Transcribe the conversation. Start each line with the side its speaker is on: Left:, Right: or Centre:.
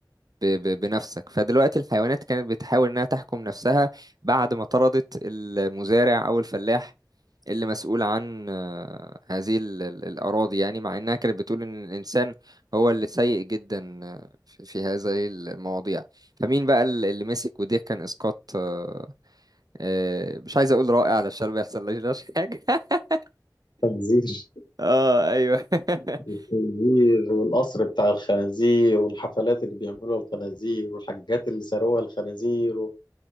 Right: ب- ب- بنفسك فدلوقتي الحيوانات كانت بتحاول انها تحكم نفسها بعد ما طردت المزارع او الفلاح اللي مسؤول عن آه، هذه ال- ال- الأراضي يعني مع إنها كانت بتقول إن الإنسان هو اللي سيء جدا آه، في في هذه المواضيع فمين بقى ال- اللي مسك وده كان إسقاط آه، آه، مش عايز اقول رائع علشان ما يحصلناش حاجه <laughs>
Left: تنذير
Right: اه ايوه
Left: الخنزير
Right: <laughs>
Left: والقصر بتاع الخنازير والحفلات اللي بيعملوها الخنازير والحاجات اللي ساروها الخنازير و...